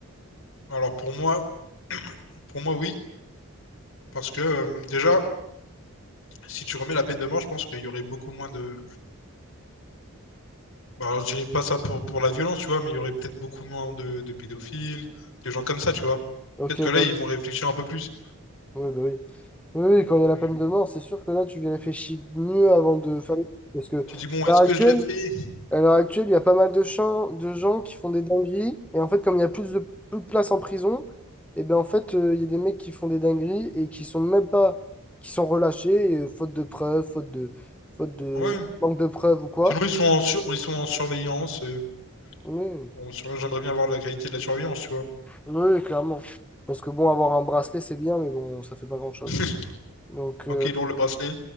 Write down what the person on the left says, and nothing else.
Alors pour moi, pour moi, oui, parce que euh, déjà, si tu remets la peine de mort, je pense qu'il y aurait beaucoup moins de Bah, Alors, je dirais pas ça pour, pour la violence, tu vois, mais il y aurait peut-être beaucoup moins de, de pédophiles, de gens comme ça, tu vois.
Peut-être que là,
ils vont réfléchir un peu plus.
Oui.
Tu dis, bon, est-ce
que je le fais?
Ouais.
Sinon, ils sont en, sur- ils sont en surveillance. euh,
bon, sur- j'aimerais bien avoir la qualité de la surveillance, tu vois.
<laughs>
Ok,
lourd le bracelet.